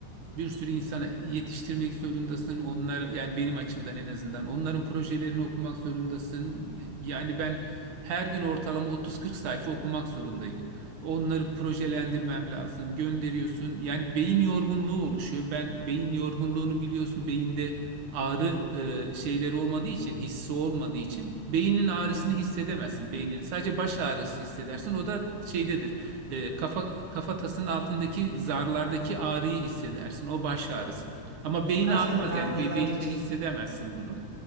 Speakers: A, on the right; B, on the right.
A: bir sürü insana yetiştirmek zorundasın. Onlar yani benim açımdan en azından onların projelerini okumak zorundasın. Yani ben her gün ortalama 30-40 sayfa okumak zorundayım. Onları projelendirmem
B: evet,
A: lazım. Gönderiyorsun. Yani beyin yorgunluğu oluşuyor. Ben beyin yorgunluğunu biliyorsun. Beyinde ağrı e, şeyleri olmadığı için, hissi olmadığı için beynin ağrısını
B: evet.
A: hissedemezsin. Beynin sadece baş ağrısı hissedersin. O da şeydedir. E, kafa kafatasının altındaki zarlardaki ağrıyı hissedersin. O baş ağrısıdır. Ama
B: Bilmez
A: beyin ağrımaz
B: miyim ben
A: yani
B: yıllarca
A: be- beyinde
B: çektim.
A: hissedemezsin bunu.